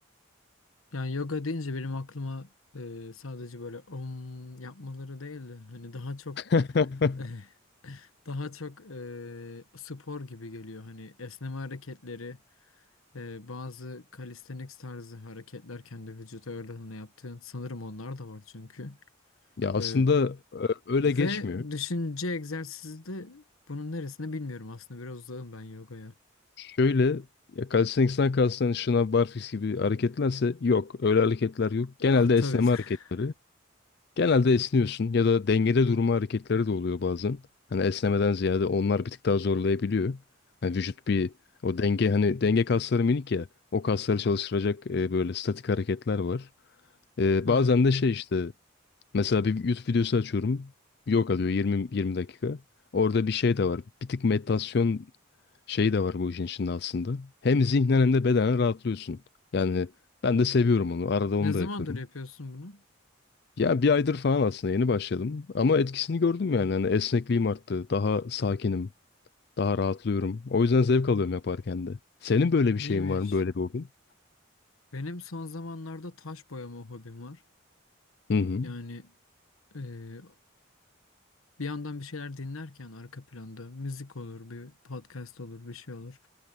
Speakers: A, on the left; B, on the left.
A: yani yoga deyince benim aklıma eee, sadece böyle om yapmaları değildi. Hani daha çok
B: <laughs>
A: <laughs> daha çok eee, spor gibi geliyor. Hani esneme hareketleri. Ee, bazı calisthenics tarzı hareketler kendi vücut ağırlığına yaptığın sanırım onlar da var çünkü.
B: Ya aslında
A: Ee,
B: e, öyle
A: ve
B: geçmiyor.
A: düşünce egzersizi de bunun neresinde bilmiyorum aslında biraz uzağım ben yogaya.
B: Şöyle ya calisthenics'ten kastın şınav, barfiks gibi hareketlerse yok. Öyle hareketler yok. Genelde
A: Ah tabii.
B: esneme
A: <laughs>
B: hareketleri. Genelde esniyorsun ya da dengede durma hareketleri de oluyor bazen. Hani esnemeden ziyade onlar bir tık daha zorlayabiliyor. Hani vücut bir o denge hani denge kasları minik ya. O kasları çalıştıracak e, böyle statik hareketler var. E,
A: Ha.
B: bazen de şey işte Mesela bir YouTube videosu açıyorum. Yok alıyor yirmi yirmi dakika. Orada bir şey de var. Bir tık meditasyon şeyi de var bu işin içinde aslında. Hem zihnen hem de bedenen rahatlıyorsun. Yani ben de seviyorum onu. Arada onu
A: Ne zamandır
B: da yapıyorum.
A: yapıyorsun bunu?
B: Ya bir aydır falan aslında yeni başladım. Ama etkisini gördüm yani. Hani esnekliğim arttı. Daha sakinim. Daha rahatlıyorum. O yüzden zevk alıyorum yaparken de. Senin böyle bir
A: İyiymiş.
B: şeyin var mı? Böyle bir hobin?
A: Benim son zamanlarda taş boyama hobim var.
B: Hı hı.
A: Yani e, bir yandan bir şeyler dinlerken arka planda müzik olur, bir podcast olur, bir şey olur.